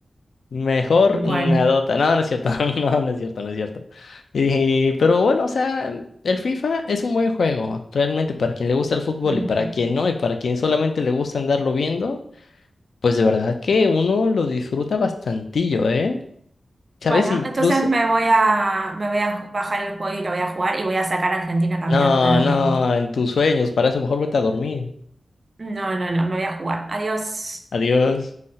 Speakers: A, on the left (about 85°); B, on the right (about 40°).
A: Mejor
B: bueno.
A: nadota. No, no es cierto. <laughs> No, no es cierto, no es cierto. Y, pero bueno, o sea, el FIFA es un buen juego. Realmente para quien le gusta el fútbol
B: Ujú.
A: y para quien no, y para quien solamente le gusta andarlo viendo, pues de verdad que uno lo disfruta bastantillo, ¿eh? ¿Sabes?
B: Bueno,
A: Incluso.
B: entonces me voy a, me voy a bajar el juego y lo voy a jugar y voy a sacar a Argentina campeón
A: No,
B: nuevamente.
A: no, en tus sueños. Para eso mejor vete a dormir.
B: No, no, no, me voy a jugar. Adiós.
A: Adiós.